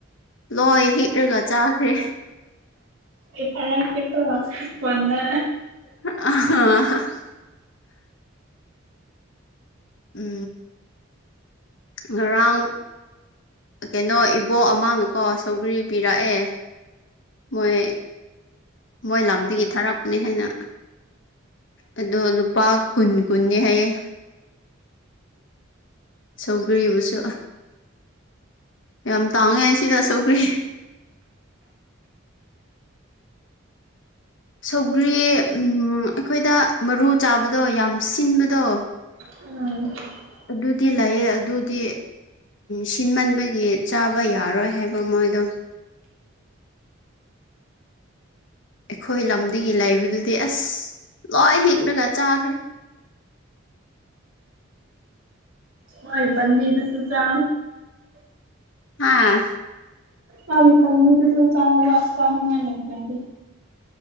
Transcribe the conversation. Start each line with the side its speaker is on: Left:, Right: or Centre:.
Left: ꯂꯣꯏ ꯍꯤꯛꯔꯒ ꯆꯥꯈ꯭ꯔꯦ
Right: ꯏ ꯊꯥꯔ ꯊꯀꯣ ꯀꯟꯗ
Left: ꯑ ꯎ ꯉꯔꯥꯡ ꯀꯩꯅꯣ ꯏꯕꯣꯛ ꯑꯃꯅꯦꯀꯣ ꯁꯧꯒ꯭ꯔꯤ ꯄꯤꯔꯛꯑꯦ ꯃꯣꯏ ꯃꯣꯏ ꯂꯝꯗꯒꯤ ꯊꯥꯔꯛ ꯅꯦ ꯍꯥꯏꯅ ꯑꯗꯣ ꯂꯨꯄꯥ ꯀꯨꯟ ꯀꯨꯟꯗꯤ ꯍꯥꯏꯌꯦꯦ ꯁꯧꯒ꯭ꯔꯤꯕꯁꯨ ꯌꯥꯝ ꯇꯥꯡꯉꯦ ꯁꯤꯗ ꯁꯧꯒ꯭ꯔꯤ ꯁꯧꯒ꯭ꯔꯤ ꯑꯩꯈꯣꯏꯗ ꯃꯔꯨ ꯆꯥꯕꯗꯣ ꯌꯥꯝ ꯁꯤꯟꯕꯗꯣ
Right: ꯎ
Left: ꯑꯗꯨꯗꯤ ꯂꯥꯛꯑꯦ ꯑꯗꯨꯗꯤ ꯁꯤꯟꯃꯟꯕꯒꯤ ꯆꯥꯕ ꯌꯥꯔꯣꯏ ꯍꯥꯏꯕ ꯃꯣꯏꯗꯣ ꯑꯩꯈꯣꯏ ꯂꯝꯗꯒꯤ ꯂꯩꯕꯗꯨꯗꯤ ꯑꯁ ꯂꯣꯏ ꯍꯤꯛꯂꯒ ꯆꯥꯈ꯭ꯔꯦ
Right: ꯍꯣꯏ ꯄꯃꯤꯗꯁꯨ ꯆ
Left: ꯍꯥꯥ
Right: ꯍꯥꯏ ꯇꯁꯨ ꯆꯃ ꯆꯃꯃꯅ ꯂꯩꯗꯤ